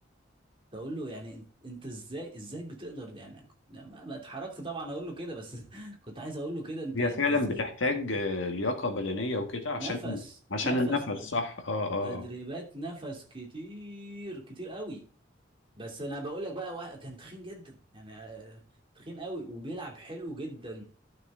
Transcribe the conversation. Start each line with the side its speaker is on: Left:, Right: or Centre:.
Right: تقول له يعني انت أنت ازاي ازاي بتقدر يعني يعني ما ما اتحركت طبعا اقول له كده بس <laughs> كنت عايز اقول له كده انت
Left: هي
Right: انت
Left: فعلا
Right: ازاي
Left: بتحتاج آه، لياقة بدنية وكده عشان
Right: نفس
Left: عشان
Right: نفس
Left: النفس صح اه اه
Right: تدريبات نفس كتير كتير قوي بس انا بقول لك بقى وا- كان تخين جدا يعني آه، تخين قوي وبيلعب حلو جدا